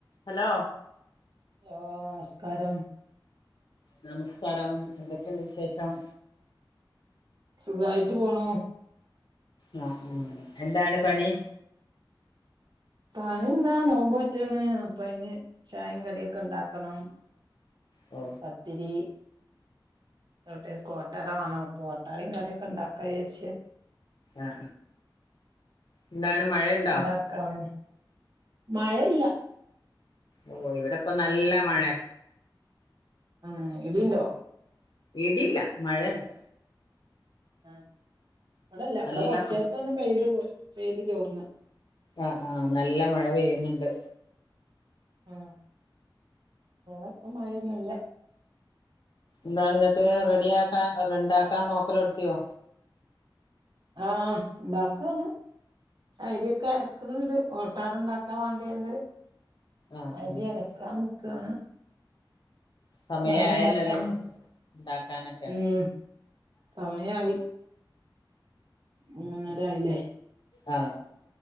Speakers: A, on the left; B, on the right.
A: Hello?
B: ഓ നമസ്കാരം.
A: നമസ്കാരം എന്തൊക്കെണ്ട് വിശേഷം?
B: സുഖായിട്ട് പോണൂ.
A: ആ ഉം എന്താണ് പണി?
B: പണിന്താ നോമ്പോറ്റന്ന് അപ്പ അയിന് ചായേം കടിയൊക്കെ ഇണ്ടാക്കണം.
A: ഓ
B: പത്തിരി. <unintelligible> വാണം പ്പോ ഓട്ടടെം കറിയൊക്കെ ഉണ്ടാക്കാരിച്ച്.
A: ആ എന്താണ് മഴെണ്ടോ?
B: ഇണ്ടാക്കാണ് മഴയില്ല.
A: ഓ ഇവിടെപ്പം നല്ല മഴെ.
B: ആ ഇടീണ്ടോ?
A: ഇടില്ല മഴെണ്ട്.
B: ആ ഇവിടില്ല.
A: നല്ല
B: ഇവിടെ കൊറച്ച്
A: മഴ
B: നേരത്തെ ഒന്ന് പെയ്ത് പെയ്ത് ചോർന്ന്.
A: ആ ആ നല്ല മഴ പെയ്യുന്നുണ്ട്.
B: ആ <unintelligible> ഇപ്പ മഴയൊന്നുല്ല.
A: എന്താണ് എന്നിട്ട് റെഡിയാക്കാ അല്ല ഇണ്ടാക്കാൻ നോക്കല് തേടത്തിയോ
B: ആ ഇണ്ടാക്കാണ്. അരിയൊക്കെ അരക്കണുണ്ട് ഓട്ടട ഉണ്ടാക്കാൻ വേണ്ടിയണ്ട്.
A: ആഹ്
B: അരി
A: ആഹ്
B: അരക്കാൻ നിക്കാണ്.
A: സമയായല്ലോ
B: കറി ഇണ്ടാക്കാം
A: അല്ലേ ഉണ്ടാക്കാനൊക്കെ
B: ഉം സമയായി. മൂന്നര ആയില്ലേ.
A: ആ